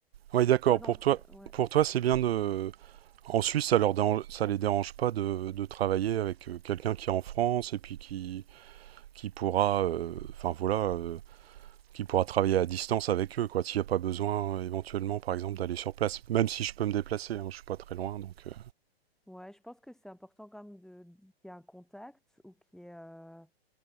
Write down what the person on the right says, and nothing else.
Oui, d'accord.
Pour toi,
pour toi, c'est bien de. En Suisse, ça leur dérange- ça les dérange pas de, de travailler avec euh, quelqu'un qui est en France et puis qui, qui pourra, euh, enfin voilà, euh, qui pourra travailler à distance avec eux, quoi. S'il n'y a pas besoin, euh, éventuellement, par exemple, d'aller sur place. Même si je peux me déplacer, hein, je suis pas très loin, donc. euh.